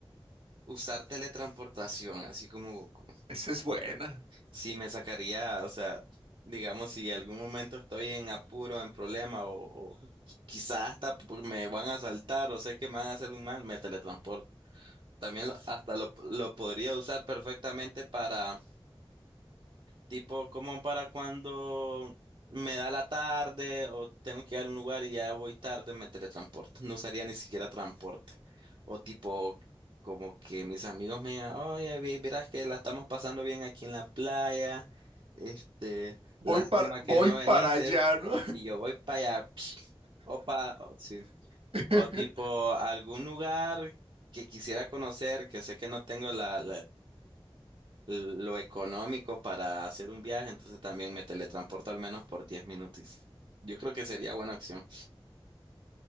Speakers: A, on the right; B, on the right.
A: Usar teletransportación, así como Goku.
B: esa es buena.
A: Sí, me sacaría, o sea, digamos, si en algún momento estoy en apuro, en problema, o, o quizás hasta por- me van a asaltar, o sé que me van a hacer un mal, me teletransporto. También lo- hasta lo, lo podría usar perfectamente para Tipo como para cuando me da la tarde o tengo que ir a un lugar y ya voy tarde, me teletransporto. No usaría ni siquiera transporte. O tipo como que mis amigos me digan, oye, vi- vieras que la estamos pasando bien aquí en la playa. Este,
B: Voy
A: lástima
B: para, voy
A: que no viniste.
B: para allá, ¿no?
A: Y yo voy para allá. <sniffs> <smacks lips> Opa, sí.
B: <laughs>
A: O tipo algún lugar que quisiera conocer, que sé que no tengo la, lo económico para hacer un viaje, entonces también me teletransporto al menos por 10 minutos. Yo creo que sería buena opción.